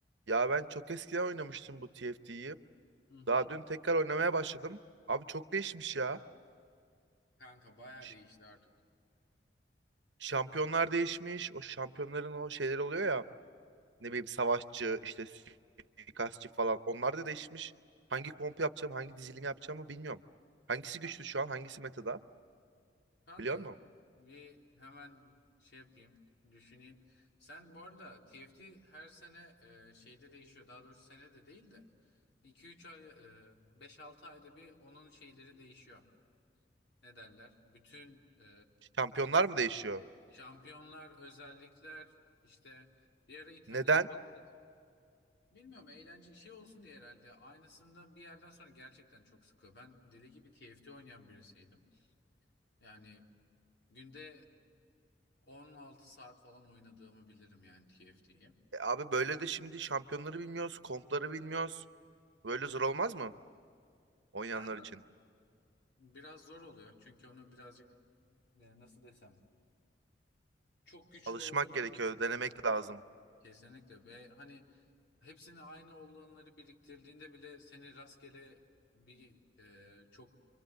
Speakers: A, on the right; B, on the left.
A: Ya ben çok eskiden oynamıştım bu TFT'yi.
B: Hı hı.
A: Daha dün tekrar oynamaya başladım. Abi çok değişmiş ya.
B: Kanka bayağı
A: Ş-
B: değişti artık.
A: Şampiyonlar değişmiş. O şampiyonların o şeyleri oluyor ya. Ne bileyim savaşçı, işte suikastçı falan. Onlar da değişmiş. Hangi komp yapacağım, hangi dizilim yapacağımı bilmiyorum. Hangisi
B: Kan-
A: güçlü şu an, hangisi metada?
B: Kanka
A: Biliyor musun?
B: bir hemen şey yapayım, düşüneyim. Sen bu arada TFT her sene e, şeyde değişiyor. Daha doğrusu sene de değil de iki üç ay, e, 5-6 ayda bir onun şeyleri değişiyor. Ne derler? Bütün e,
A: Şampiyonlar mı değişiyor?
B: şampiyonlar, özellikler, işte bir ara itemleri
A: Neden?
B: falan da bilmiyorum eğlence şey olsun diye herhalde. Aynısından bir yerden sonra gerçekten çok sıkıyor. Ben deli gibi TFT oynayan birisiydim. Yani Günde 16 saat falan oynadığımı bilirim yani TFT'yi.
A: E abi böyle de şimdi şampiyonları bilmiyoruz, kompları bilmiyoruz. Böyle zor olmaz mı oynayanlar
B: Kanka
A: için?
B: biraz zor oluyor çünkü onu birazcık e, nasıl desem çok güçlü
A: Alışmak
B: olduğunu
A: gerekiyor,
B: düşün.
A: denemek lazım.
B: Kesinlikle ve hani hepsini aynı olanları biriktirdiğinde bile seni rastgele bir e, çok